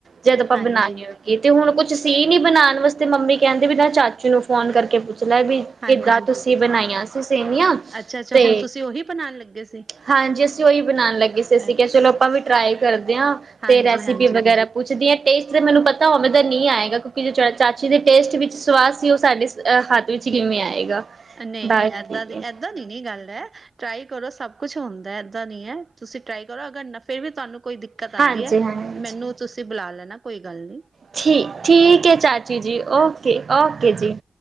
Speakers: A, on the right; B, on the right.
A: ਜਦ ਪਾ
B: ਹਾਂਜੀ
A: ਬਣਾ ਲਿਓ। ਏ ਤੇ ਹੁਣ ਕੁਛ ਸੀ ਨੀ ਬਣਾਣ ਵਾਸਤੇ ਮੰਮੀ ਕੈਂਦੇ ਵੀ ਨਾ ਚਾਚੂ ਨੂੰ ਫੋਨ ਕਰਕੇ ਪੁੱਛ ਲੈ ਵੀ
B: ਹਾਂਜੀ
A: ਕਿੱਦਾਂ ਤੁਸੀਂ ਬਣਾਈਆਂ ਸੀ ਸੇਵੀਆਂ।
B: ਅੱਛਾ ਅੱਛਾ
A: ਤੇ
B: ਹੁਣ ਤੁਸੀਂ ਉਹੀ ਬਣਾਉਣ ਲੱਗੇ ਸੀ
A: ਹਾਂਜੀ ਅਸੀਂ ਓਈ ਬਣਾਣ ਲੱਗੇ ਸੀ ਅਸੀਂ
B: ਅੱਛ
A: ਕੇਆ ਚਲੋ ਆਪਾਂ ਵੀ ਟਰਾਈ ਕਰਦੇ ਆਂ
B: ਹਾਂਜੀ
A: ਤੇ ਰੈਸਿਪੀ
B: ਹਾਂਜੀ
A: ਵਗੈਰਾ ਪੁੱਛਦੀ ਆਂ ਟੇਸਟ ਤੇ ਮੈਨੂੰ ਪਤਾ ਉਵੇਂ ਦਾ ਨਈ ਆਏਗਾ ਕਿਉਂਕਿ ਜੋ ਚ ਚਾਚੀ ਦੇ ਟੇਸਟ ਵਿੱਚ ਸਵਾਦ ਸੀ ਓ ਸਾਡੇ ਅ ਹੱਥ ਵਿੱਚ ਕਿਵੇਂ ਆਏਗਾ।
B: ਨਈ
A: ਬਾਕੀ
B: ਨੀ ਏਦਾਂ ਦੀ ਇਦ ਇਦਾਂ ਦੀ ਨੀ ਗੱਲ ਐ ਟਰਾਈ ਕਰੋ ਸਭ ਕੁਛ ਹੁੰਦਾ ਏ ਏਦਾਂ ਨੀ ਐ ਤੁਸੀਂ ਟਰਾਈ ਕਰੋ ਅਗਰ ਫੇਰ ਵੀ ਤਾਨੂੰ ਕੋਈ ਦਿਕ ਕਤ ਆਂਦੀ
A: ਹਾਂਜੀ
B: ਐ
A: ਹਾਂਜੀ
B: ਮੈਨੂੰ ਤੁਸੀਂ ਬੁਲਾ ਲੈਣਾ ਕੋਈ ਗੱਲ ਨੀ।
A: ਠੀਕ ਠੀਕ ਏ ਚਾਚੀ ਜੀ ਓਕੇ ਓਕੇ ਜੀ